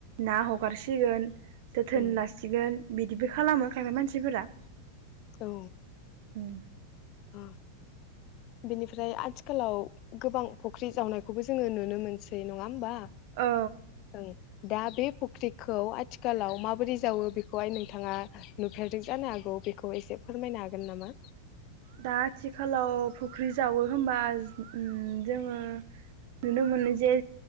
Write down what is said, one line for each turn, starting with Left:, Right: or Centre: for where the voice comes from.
Right: ना हगारसिगोन। जोथोन
Left: ओं
Right: लासिगोन। बिदिबो खालामो खायफा मानसिफोरा।
Left: औ
Right: उम
Left: ओ बेनिफ्राय आथिखालाव गोबां फख्रि जावनायखौबो जोङो नुनो मोनसै नङा होमबा?
Right: औ
Left: ओं दा बे फख्रिखौ आथिखालाव माबोरै जावो बेखौहाय नोंथाङा नुफेरदों जानो हागौ बेखौ एसे फोरमायनो हागोन नामा?
Right: दा आथिखालाव फख्रि जावो होमबा उम जोङो नुनो मोनो जे